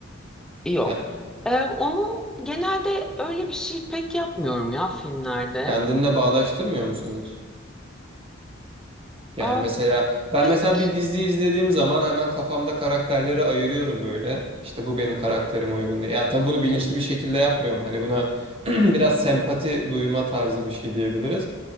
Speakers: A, in the centre; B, on the right.
A: Yok.
B: Ya,
A: Ee, onu genelde öyle bir şey pek yapmıyorum ya filmlerde.
B: kendinle bağdaştırmıyor musun hiç? Yani
A: Aa,
B: mesela ben
A: pek
B: mesela bir dizi izlediğim zaman hemen kafamda karakterleri ayırıyorum böyle. İşte bu benim karakterime uygun diye. Ya tabii bunu bilinçli bir şekilde yapmıyorum. Hani buna <clears throat> biraz sempati duyma tarzı bir şey diyebiliriz.